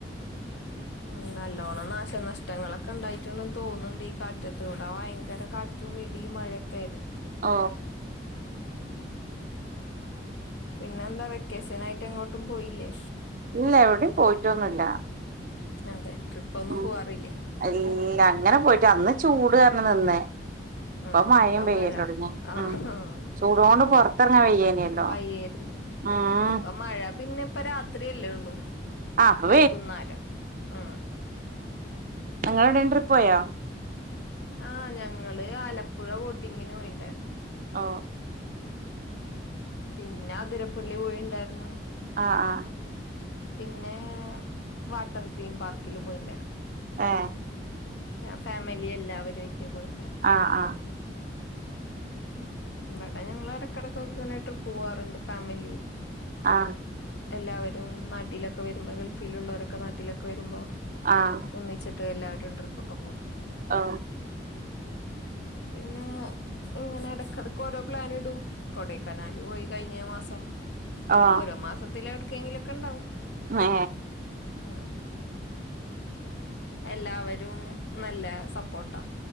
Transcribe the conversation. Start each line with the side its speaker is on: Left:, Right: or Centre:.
Left: ഉം നല്ലോണം നാശനഷ്ടങ്ങളൊക്കെ ഒണ്ടായിട്ടുണ്ടെന്ന് തോന്നുന്നുണ്ട് ഈ കാറ്റത്തൂടെ ഭയങ്കര കാ റ്റും ഇടിയും മഴയുംയൊക്കെ ആയിരുന്നു
Right: ഹ
Left: ഉം പിന്നെന്താ വെക്കേഷൻ ആയിട്ട് എങ്ങോട്ടും പോയില്ലേ
Right: ഇല്ല എവിടെയും പോയിട്ടൊന്നുമില്ല
Left: അതെ ട്രിപ്പ് ഒന്നും
Right: ഉം
Left: പോവാറില്ലേ
Right: അല്ല
Left: ഇപ്പ
Right: അങ്ങനെ പോയിട്ട് അന്ന് ചൂട് കാരണം നിന്നയ അപ്പൊ
Left: ഉം
Right: മഴയും
Left: ഇപ്പ
Right: പെയ്യാൻ
Left: മഴ
Right: തെടങ്ങി
Left: ആഹ്
Right: ചൂടോണ്ട് പൊറത്തിറങ്ങാൻ വയ്യേനല്ലോ
Left: വയ്യായിരുന്നു
Right: ഉം
Left: ഇപ്പ മഴ പിന്നെ ഇപ്പ രാത്രിയല്ലേ ഉള്ളൂ
Right: ആഹ് അപ്പൊ
Left: വൈകുന്നേരം ഉം
Right: ഞങ്ങൾ എവിടെയെലും ട്രിപ്പ് പോയാ
Left: ആഹ് ഞങ്ങള് ആലപ്പുഴ ബോട്ടിങ്ങിന് പോയിണ്ടായിരുന്നു
Right: ആ
Left: പിന്നെ അതിരപ്പുള്ളി പോയിണ്ടായിരുന്നു
Right: ആ ആ
Left: പിന്നെ വാട്ടർതീയും പാർക്കിലും പോയിണ്ടായിരുന്നു
Right: ആ
Left: ആ ഫാമിലി എല്ലാവരും ആട്ട് പോയിണ്ടായിരുന്നു
Right: ആഹ് ആഹ്
Left: ഉ ഇവിടെ ഞങ്ങളെ എടക്കെടെക്ക് ഇങ്ങനെ ട്രിപ്പ് പോവാറുണ്ട് ഫാമിലി
Right: ആ
Left: എല്ലാവരും നാട്ടിലൊക്കെ വരുമ്പോ ഗൾഫിലെള്ളവരൊക്കെ നാട്ടിലൊക്കെ വരുമ്പോ
Right: ആഹ്
Left: ഒന്നിച്ചി ട്ട് എല്ലവരും ട്രിപ്പ് ഒക്കെ പോവും
Right: ആ
Left: പിന്നെ ഇങ്ങനെ എടക്കിടക്ക് ഓരോ പ്ലൻ ഇടും കൊടെക്കനാല് പോയി കഴിഞ്ഞ മാസം
Right: ഓ
Left: ഓരോ മാസത്തിലെ എവിടക്കെങ്കിലും ഒക്കെ ഒണ്ടാവും
Right: ഏ
Left: ഉ എല്ലാവരും നല്ല സപ്പോർട്ടാ